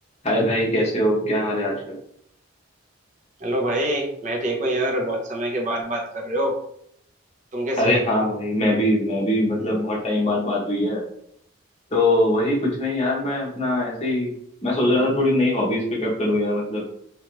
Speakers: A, on the left; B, on the right.
A: हाय भाई कैसे हो क्या हाल है आजकल
B: हेलो भाई मैं ठीक हूँ यार बहुत समय के बाद बात कर रहे हो तुम कैसे
A: अरे
B: हो
A: हाँ भाई मैं भी मैं भी मतलब बहुत टाइम बाद बात हुई है तो वही कुछ नहीं यार मैं अपना ऐसे ही मैं सोच रहा था थोड़ी नई हॉबीज पिकअप करूँ यार मतलब